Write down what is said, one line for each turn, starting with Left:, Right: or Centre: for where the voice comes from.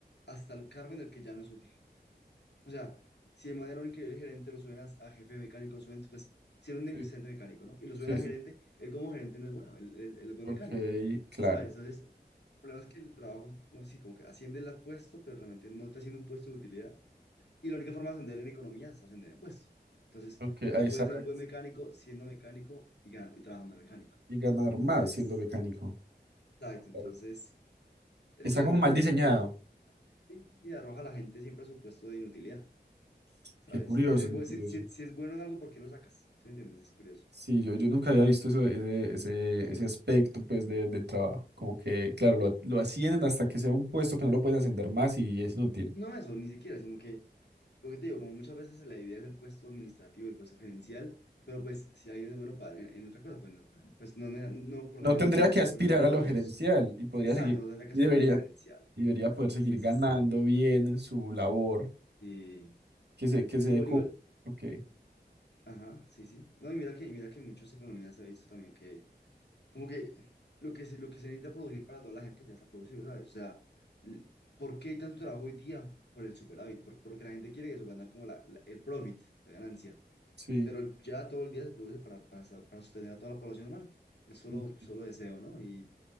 Left: hasta el cargo en el que ya no es útil. O sea, si de manera un increíble gerente lo suben a, a jefe de mecánico, lo suben después, si era un
Right: sí,
Left: excelente mecánico, ¿no? Y lo
Right: sí,
Left: suben a
Right: sí,
Left: gerente, él como gerente no es bueno, él él- él es buen
Right: ok,
Left: mecánico
Right: claro,
Left: ¿sabes? Entonces, el problema es que el trabajo, como sí, como que asciende el puesto, pero realmente no te asciende un puesto de utilidad. Y la única forma de ascender en economía es ascender en puesto. Entonces,
Right: ok,
Left: no
Right: ah, exacto.
Left: puedes ser un buen mecánico siendo mecánico y, ganando, y trabajando de mecánico.
Right: Y ganar
Left: Entonces,
Right: más siendo mecánico.
Left: exacto. Entonces,
Right: Claro.
Left: la
Right: Está como
Left: economía
Right: mal diseñado.
Left: como que sí, sí, arroja a la gente siempre a su puesto de inutilidad, ¿sabes?
Right: Qué curioso,
Left: O sea, si es,
Right: qué
Left: bu-
Right: curioso.
Left: si- si- si es bueno en algo, ¿por qué lo sacas? ¿Sí me entiendes? Es curioso.
Right: Sí, yo, yo nunca había visto eso, ese, ese, ese aspecto pues de- del trabajo. Como que, claro, lo, lo ascienden hasta que sea un puesto que no lo pueden ascender más y es inútil.
Left: No eso, ni siquiera, sino que Lo que te digo, como muchas veces la idea es el puesto administrativo, el puesto gerencial, pero pues si alguien es bueno para, en, en otra cosa, pues no es bueno. Pues no, no, no, no, por
Right: No
Left: lo general
Right: tendría
Left: no, no
Right: que
Left: es
Right: aspirar
Left: bueno en las
Right: a
Left: dos.
Right: lo gerencial y podría
Left: Exacto,
Right: seguir,
Left: no tendrá que
Right: y
Left: aspirar
Right: debería,
Left: a lo gerencial.
Right: y debería poder seguir
Left: Sí, sí,
Right: ganando
Left: sí.
Right: bien en su labor,
Left: Sí,
Right: que se,
Left: sí.
Right: que se,
Left: Igual,
Right: cu-
Left: igual.
Right: ok,
Left: Ajá, sí, sí. No, y mira que, y mira que en muchas economías se ha visto también que, como que lo que se, lo que se necesita producir para toda la gente ya se ha producido, ¿sabes? O sea, l- ¿por qué hay tanto trabajo hoy día? Por el superávit, por, porque la gente quiere eso, ganar como la, la- el profit, la ganancia.
Right: sí,
Left: pero ya todo el día se produce para, para, sa- para sostener a toda la población humana. Es solo,
Right: ok.
Left: solo deseo, ¿no? Y,